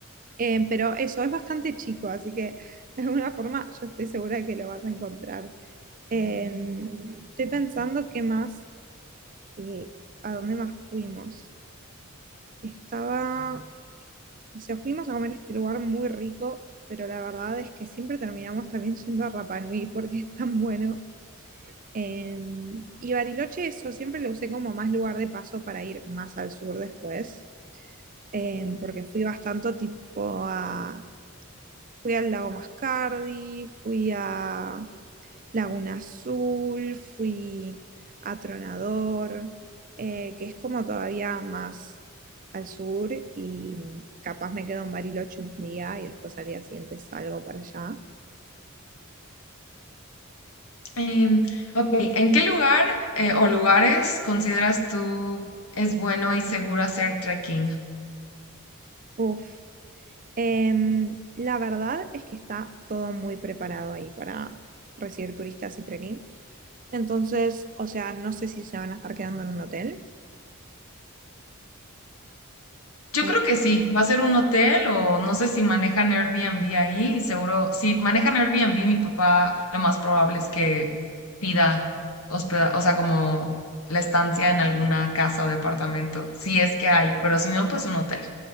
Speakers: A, on the right; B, on the left.
A: Em, pero eso es bastante chico, así que <laughs> de alguna forma yo estoy segura de que lo vas a encontrar. Em, estoy pensando qué más, eh, a dónde más fuimos. Estaba, o sea, fuimos a comer a este lugar muy rico, pero la verdad es que siempre terminamos también yendo a Rapa Nui porque es tan bueno. Em, y Bariloche, eso siempre lo usé como más lugar de paso para ir más al sur después, em, porque fui bastante tipo a, fui al lago Mascardi, fui a Laguna Azul, fui a Tronador, eh, que es como todavía más al sur y capaz me quedo en Bariloche un día y después al día siguiente salgo para allá.
B: Em, ok, ¿en qué lugar eh, o lugares consideras tú es bueno y seguro hacer trekking?
A: Uf. Em, la verdad es que está todo muy preparado ahí para recibir turistas y trekking. Entonces, o sea, no sé si se van a estar quedando en un hotel.
B: Yo
A: Eh,
B: creo que sí, va a ser un hotel o no sé si manejan Airbnb ahí y seguro, si manejan Airbnb, mi papá lo más probable es que pida hospeda, o sea, como la estancia en alguna casa o departamento, si es que hay, pero si no, pues un hotel.